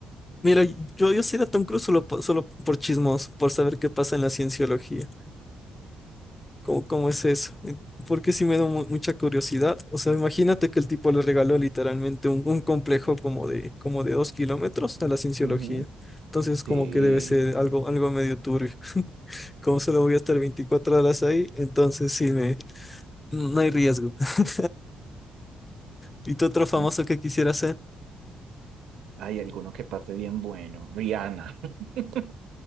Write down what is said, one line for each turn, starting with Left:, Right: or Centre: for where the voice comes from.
Left: Mira, yo yo sería Tom Cruise solo po- solo por chismos, por saber qué pasa en la cienciología. ¿Cómo, cómo es eso? En- Porque sí me da mu- mucha curiosidad. O sea, imagínate que el tipo le regaló literalmente un, un complejo como de, como de dos kilómetros a la cienciología.
Right: Ujú.
Left: Entonces, como
Right: Sí.
Left: que debe ser algo, algo medio turbio. Como solo voy a estar 24 horas ahí, entonces sí me, no hay riesgo. <laughs> ¿Y tú otro famoso
Right: mm,
Left: que quisiera hacer?
Right: Hay alguno que pase bien bueno. Rihanna, <laughs>